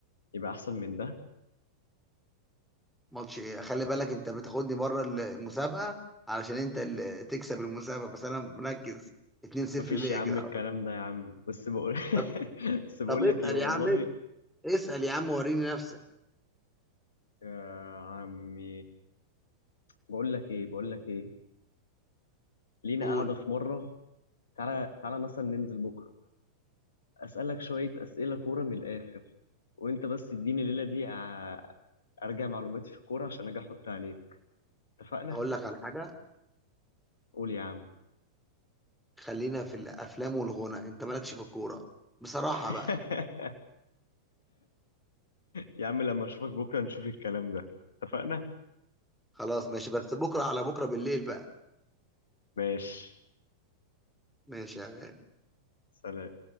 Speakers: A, on the left (about 80°); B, in the centre.
A: يبقى احسن من ده
B: ماتش ايه خلي بالك انت بتاخدني بره المسابقه علشان انت اللي تكسب المسابقه بس انا مركز 2-0
A: مفيش
B: ليا
A: يا عم
B: كده
A: الكلام
B: على فكره
A: ده يا عم بس بقول
B: طب
A: <laughs> بس بقول
B: طب اسال
A: لك ايه والله
B: يا عم اسال يا عم وريني نفسك
A: يا عمي بقول لك ايه بقول لك ايه لينا
B: قول
A: قاعده في مره تعالى تعالى مثلا ننزل بكره أسألك شوية أسئلة كورة من الآخر وأنت بس تديني الليلة دي ع- أرجع معلوماتي في الكورة عشان أجي أحط عليك اتفقنا؟
B: اقول لك على حاجه
A: قول يا عم
B: خلينا في الافلام والغنى انت مالكش في الكوره بصراحه
A: <laughs>
B: بقى
A: يا عم لما أشوفك بكرة نشوف الكلام ده اتفقنا؟
B: خلاص ماشي بس بكره على بكره بالليل بقى
A: ماشي
B: ماشي يا غالي.
A: سلام